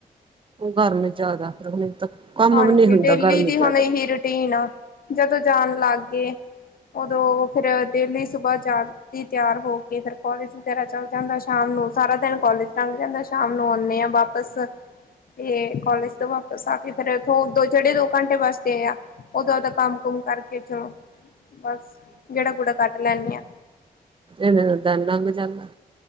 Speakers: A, on the right (about 30°); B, on the left (about 60°).
A: ਘਰ ਨੂੰ ਜਿਆਦਾ ਕੰਮ
B: ਹਾਂਜੀ
A: ਵੀ ਨਹੀਂ ਹੁੰਦਾ
B: ਡੇਲੀ
A: ਗਰਮੀ
B: ਦੀ
A: ਜਿਆਦਾ।
B: ਹੁਣ ਇਹੀ ਰੂਟੀਨ ਆ ਜਦੋਂ ਜਾਣ ਲੱਗ ਗਏ। ਉਦੋਂ ਫਿਰ ਡੇਲੀ ਸੁਬਾਹ ਜਾਣ ਦੀ ਤਿਆਰ ਹੋ ਕੇ ਫਿਰ ਕਾਲਜ ਵਗੈਰਾ ਚੱਲ ਜਾਂਦਾ ਸ਼ਾਮ ਨੂੰ ਸਾਰਾ ਦਿਨ ਕਾਲਜ ਲੰਘ ਜਾਂਦਾ ਸ਼ਾਮ ਨੂੰ ਆਉਂਦੇ ਆ ਵਾਪਸ ਤੇ ਕਾਲਜ ਤੋਂ ਵਾਪਿਸ ਆ। ਤੇ ਫੇਰ ਉਥੋਂ ਦੋ ਜਿਹੜੇ ਦੋ ਘੰਟੇ ਵਾਸਤੇ ਆ ਓਦੋਂ ਓਦਦਾ ਕੰਮ ਕੁਮ ਕਰਕੇ ਚਲੋ। ਬਸ ਗੇੜਾ ਗੂੜਾ ਕੱਢ ਲੈਦੇ ਆ।
A: ਇਨੇ ਨੂੰ ਦਿਨ ਲੰਘ ਜਾਂਦਾ।